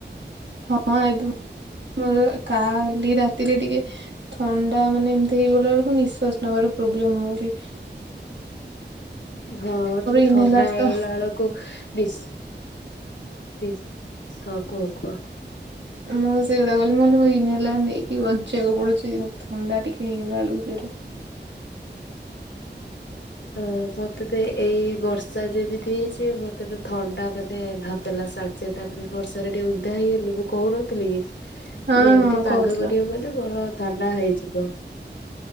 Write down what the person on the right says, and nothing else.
ହଁ ଏବେ ମୋର କାଲି ରାତିରେ ଟିକେ। ଥଣ୍ଡା ମାନେ ଏମିତି ହେଇଗଲା ବୁଳୁକୁ ନିଶ୍ବାସ ନବାର ପ୍ରୋବ୍ଲେମ ହଉଚି।
ଇନହେଲାର
ତ
ମୁଁ ସେଇ କଥା କହିଲି ମୁଁ <unintelligible> ନେଇକି ବଞ୍ଚିବାକୁ ପଡୁଛି ଥଣ୍ଡା ଟିକେ ହେଇଗଲା ବେଳକୁ ଜୋରରେ
ହଁ
ହଁ
କହୁଥିଲ